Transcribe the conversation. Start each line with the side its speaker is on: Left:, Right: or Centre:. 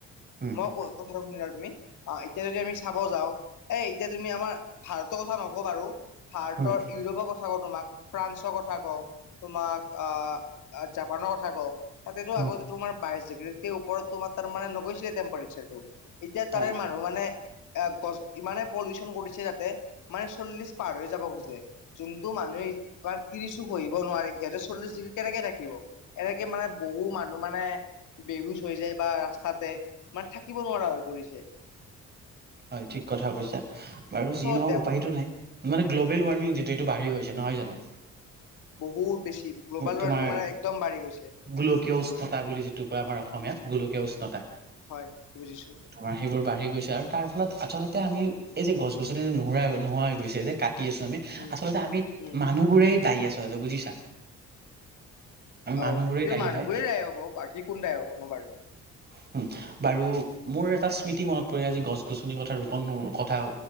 Right: অ',
Left: মই কথাটো শুনিলা তুমি অ এতিয়া যদি আমি চাব যাওঁ এ এতিয়া তুমি আমাৰ ভাৰতৰ কথা নকওঁ বাৰু, ভাৰতৰ
Right: উম
Left: ইউৰোপৰ কথা কথা ক তোমাক ফ্ৰান্সৰ কথা কওঁ তোমাক আহ জাপানৰ কথা কওঁ তাতেতো
Right: উম
Left: আগতে তোমাৰ বাইশ ডিগ্ৰীৰ ওপৰত তোমাৰ তাৰ মানে নগৈছিলে টেম্পাৰেচাৰটো এতিয়া তাৰে
Right: হয়
Left: মানুহ মানে এ গছ ইমানে পলিউচন কৰিছে যাতে মানে চল্লিশ পাৰ হৈ যাব খোজে যোনতটো মানুহে এইাৰ তিৰিছো পহিব নোৱাৰে সিহঁতৰ চল্লিশ ডিগ্ৰী কেনেকে থাকিব এনেকে মানে বহু মানুহ মানে বেহুজ হৈ যায় বা, ৰাস্তাতে মানে থাকিব নোৱাৰা হৈ পৰিছে
Right: হয় ঠিক কথা কৈছা, বাৰু
Left: চ'
Right: যি নহওক
Left: ডেপ
Right: উপায়িতটো নাই মানে গ্ল'ব ৱাৰ্মিং যিটো এইটোঢ়ি গৈছে নহয় জানো
Left: বহুত বেছি গ্ল'বেল
Right: তোমাৰ
Left: ৱাৰ্মিং মানে একদম বাঢ়ি গৈছে
Right: গোলকীয় উষ্ণতা বুলি যিটো কয় আমাৰ অসমীয়াত গোলকীয় উষ্ণতা
Left: হয় বুজিছোঁ
Right: আমাৰ সেইবোৰ বাঢ়ি গৈছে আৰু তাৰ ফলত আচলতে আমি এই যে গছ গছনি নোহৰাোৱা নোহোৱা হৈ গৈছে যে কাটি আছো আমি
Left: উম
Right: আচলতে আমি
Left: উম
Right: মানুহবোৰে দায়ী আচলতে বুজিছা আমি
Left: অ',
Right: মানুহবোৰেই
Left: এইটো
Right: দায়ী
Left: মানুহবোৰেই
Right: হয়
Left: দায় হব বাকী কোন দাই হব ন বাৰু
Right: উ, বাৰু মোৰ এটা স্মৃতি মনত পৰি আজি গছ গছনিৰ কথা ৰোপন কথা